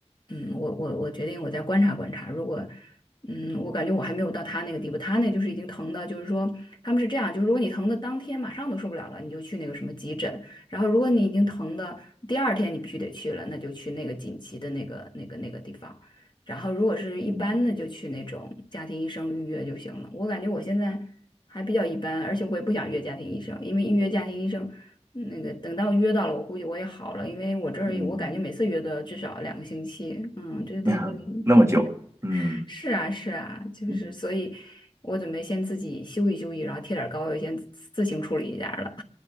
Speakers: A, on the left; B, on the right.
A: 嗯，我我我决定我再观察观察，如果。嗯，我感觉我还没有到他那个地步，他那就是已经疼的，就是说他们是这样，就是如果你疼的当天马上都受不了了，你就去那个什么急诊，然后如果你已经疼的第二天你必须得去了，那就去那个紧急的那个那个那个地方，然后如果是一般的就去那种家庭医生预约就行了。
B: 嗯
A: 我感觉我现在还比较一般，而且我也不想约家庭医生，因为预约家庭医生嗯那个等到约到了，我估计我也好了，因为我这儿我感觉每次约都要至少两个星期，
B: 嗯
A: 嗯，
B: <laughs>
A: 这这这。
B: 那么久，
A: <laughs>
B: 嗯，
A: 是啊，是啊，就是所以，
B: 嗯
A: 我准备先自己休息休息，然后贴点儿膏药，先自自行处理一下儿了。